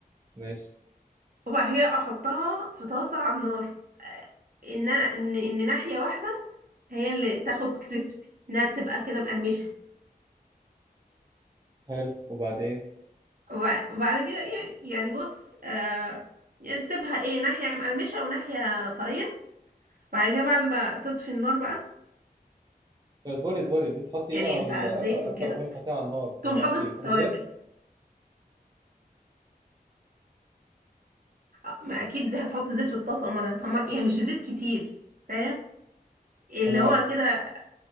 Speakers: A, on the right; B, on the right.
A: ماشي
B: وبعد كده احطها في طاسه على النار آه، ان ان ان ناحيه واحده هي اللي تاخد كريسبي انها تبقى كده مقرمشه
A: حلو وبعدين
B: وبع- وبعد كده ايه يعني بص آه يعني تسيبها ايه ناحيه مقرمشه وناحيه طريه وبعد كده بعد ما تطفي النار بقى
A: طب اصبري اصبري بتحطي
B: يعني
A: ايه على
B: انت
A: ال...
B: على الزيت
A: قبل
B: وكده
A: قبل ما تحطيها على النار بتعملي
B: تقوم حاطط
A: حطي
B: التوابل
A: ايه بتحطي زيت
B: آه، ما اكيد زي هتحط زيت في الطاسه امال هتحمر يعني مش زيت كتير فاهم اللي
A: تمام
B: هو كده